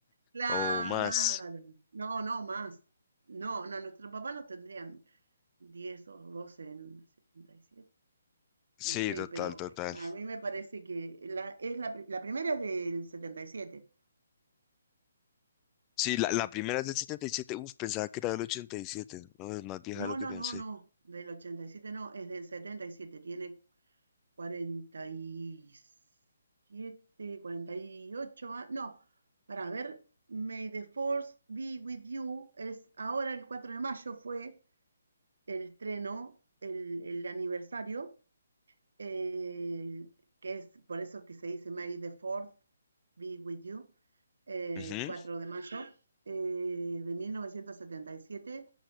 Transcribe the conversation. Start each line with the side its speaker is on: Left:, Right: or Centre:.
Right: Claro.
Left: o más.
Right: No, no, más. No, no, nuestro papá no tendrían 10, o 12 en el 77.
Left: Sí,
Right: No sé,
Left: total,
Right: pero
Left: total.
Right: a mí me parece que la, es la, pri- la primera es del 77.
Left: Sí, la, la primera es del 77. Uf, pensaba que era del ochenta y siete, No, es más vieja
Right: No,
Left: de lo
Right: no,
Left: que pensé.
Right: no, no, del 87 no, es del 77. Tiene 47, 48 años. No, para ver, May the Force Be With You es ahora el 4 de mayo fue el estreno, el, el aniversario. eh, que es por eso que se dice May the Fourth be with you, eh,
Left: Ujú.
Right: el 4 de mayo eh, de 1977